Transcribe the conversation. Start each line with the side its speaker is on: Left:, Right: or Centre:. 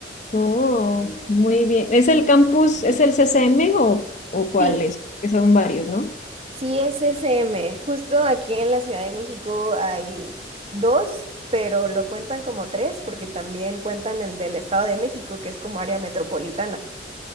Left: Oh, muy bien. ¿Es el campus, es el CCM o, o cuál
Right: Sí,
Left: es? Que son varios, ¿no?
Right: sí es SM. Justo aquí en la Ciudad de México hay dos, pero lo cuentan como tres porque también cuentan el del Estado de México, que es como área metropolitana.